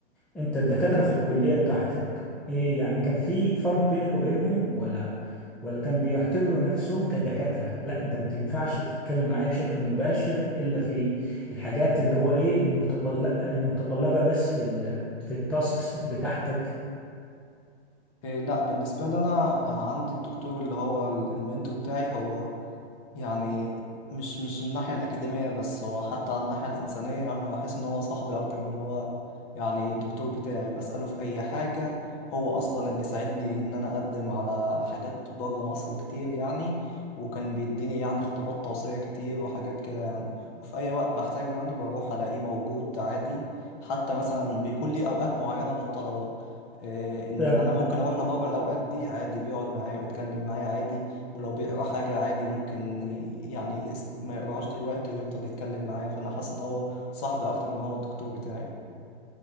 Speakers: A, in the centre; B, on the left (about 35°).
A: انت الدكاترة في الكلية بتاعتك ايه يعني كان في فرق بينك وبينهم ولا ولا كان بيعتبروا نفسهم كدكاترة لا انت ما تنفعش تتكلم معايا بشكل مباشر الا في الحاجات اللي هو ايه المتطلب المتطلبة بس في ال- في التاسكس بتاعتك
B: إيه لا بالنسبة لي انا آه، عندي الدكتور اللي هو ال- المنتور بتاعي هو يعني مش مش الناحية الأكاديمية بس هو حتى على الناحية الإنسانية يعني أحس إن هو صاحبي أكتر من إن هو يعني الدكتور بتاعي بسأله في أي حاجة هو أصلا اللي ساعدني إن أنا أقدم على حاجات برا مصر كتير يعني وكان بيديني يعني خطابات توصية كتير وحاجات كده يعني وفي أي وقت بحتاجه يعني بروح ألاقيه موجود عادي حتى مثلا بيكون لي أوقات معينة للطلبة إيه، إن
A: طب
B: أنا ممكن أروح لبرا الأوقات دي عادي بيقعد معايا ويتكلم معايا عادي ولو بيقرا حاجة عادي ممكن ي- يعني يس- ما يقراهاش دلوقتي ويفضل يتكلم معايا فأنا حاسس إن هو صاحبي أكتر من هو الدكتور بتاعي يعني